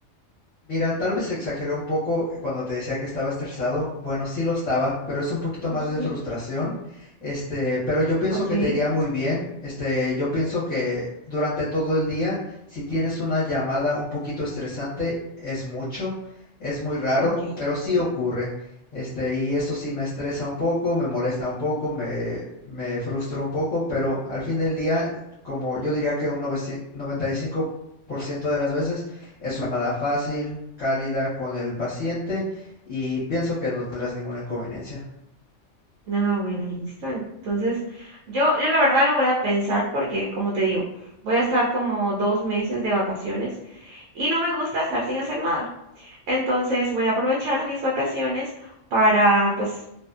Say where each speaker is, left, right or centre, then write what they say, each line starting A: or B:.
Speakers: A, on the left (about 40°); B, on the right (about 90°).
A: Mira, tal vez exageré un poco eh, cuando te decía que estaba estresado. Bueno, sí lo estaba, pero es un poquito
B: <laughs>
A: más de frustración. Este, pero yo pienso
B: Ok,
A: que te iría muy bien. Este, yo pienso que durante todo el día, si tienes una llamada un poquito estresante, es mucho, es muy raro,
B: ok.
A: pero sí ocurre. Este, y eso sí me estresa un poco, me molesta un poco, me, me frustra un poco, pero al fin del día, como yo diría que un noventa y cinco por ciento de las veces, es una llamada fácil, cálida con el paciente y pienso que no tendrás ninguna inconveniencia.
B: Ah, bueno, listo. Entonces, yo, yo la verdad lo voy a pensar porque, como te digo, voy a estar como dos meses de vacaciones. y no me gusta estar sin hacer nada. Entonces voy a aprovechar mis vacaciones para pues